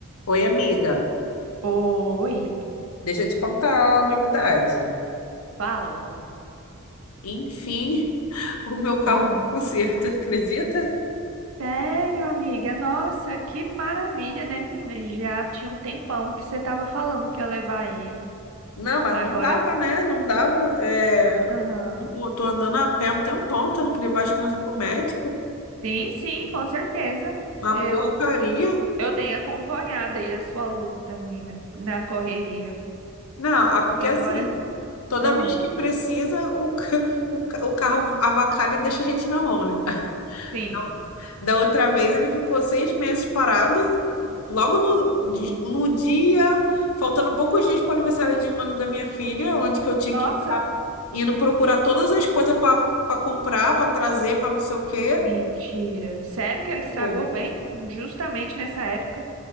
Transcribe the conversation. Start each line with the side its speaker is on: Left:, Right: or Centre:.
Left: Oi, amiga.
Right: Oi,
Left: Deixa eu te contar a novidade.
Right: fala.
Left: Enfim, <laughs> o meu carro
Right: Ah,
Left: foi pro conserto, acredita?
Right: Sério, amiga? Nossa, que maravilha, né, menina? Já tinha um tempão que você tava falando que ia levar ele.
Left: Não, mas
Right: Agora,
Left: não dava, né? Não dava. É...
Right: aham.
Left: Tipo, eu tô andando a pé um tempão, tendo que levar as crianças pro médico.
Right: Sim, sim, com certeza.
Left: Uma
Right: Eu
Left: porcaria.
Right: eu tenho acompanhado aí a sua luta, menina, na correria.
Left: Não, ah, porque
Right: E agora?
Left: assim, toda
Right: Ah,
Left: vez que precisa, o, ca- <laughs> o ca- o carro avacalha e deixa a gente na mão, né?
Right: sim.
Left: Da da outra vez ele ficou seis meses parado, logo no, de- no dia, faltando poucos dias para o aniversário de um ano da minha filha, onde que eu tinha
Right: Nossa,
Left: que estar indo procurar todas as coisas para comprar, para trazer, para não sei o quê.
Right: mentira. Sério que ele estragou
Left: Foi.
Right: bem justamente nessa época?